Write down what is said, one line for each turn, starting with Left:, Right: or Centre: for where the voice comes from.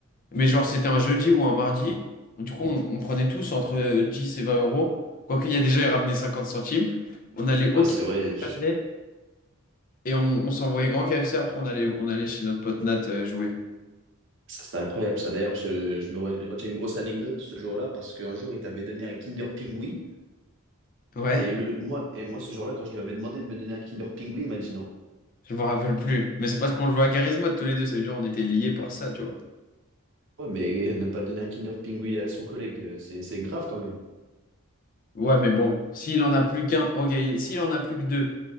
Left: Mais genre, c'était un jeudi ou un mardi. Du coup, on, on prenait tous entre 10 et 20 euros. Quoique, il y a déjà, ils ramenaient 50 centimes. On allait au
Right: Ah, c'est
Left: KFC
Right: vrai,
Left: Châtelet et on, on s'envoyait grand KFC. Après, on allait, on allait chez notre pote Nat euh, jouer.
Right: Ça, c'était incroyable, ça. D'ailleurs, je, je me re- je retiens une grosse anecdote ce jour-là parce qu'un jour, il t'avait donné un Kinder Pingui.
Left: Ouais,
Right: Et, le, moi, et moi, ce jour-là, quand je lui avais demandé de me donner un Kinder Pingui, il m'a dit non.
Left: je m'en rappelle plus. Mais c'est parce qu'on jouait à Garry's Mod tous les deux. Ça veut dire on était liés par ça, tu vois.
Right: Ouais, mais ne pas donner un Kinder Pingui à son collègue, euh, c'est, c'est grave quand même.
Left: Ouais, mais bon, s'il en a plus qu'un, ok, s'il en a plus que deux,